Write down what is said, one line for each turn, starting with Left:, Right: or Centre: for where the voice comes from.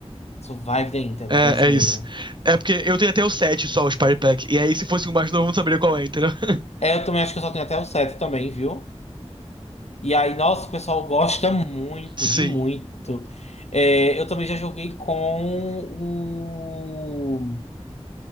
Left: Survive the Internet,
Right: É,
Left: é isso
Right: é
Left: mesmo.
Right: isso. É porque eu tenho até o 7 só, os Party Pack. E aí, se fosse o mais novo, eu não saberia qual é, entendeu? <laughs>
Left: É, eu também acho que eu só tenho até o 7 também, viu? E aí, nossa, o pessoal gosta muito,
Right: Sim.
Left: ri muito. É, eu também já joguei com o.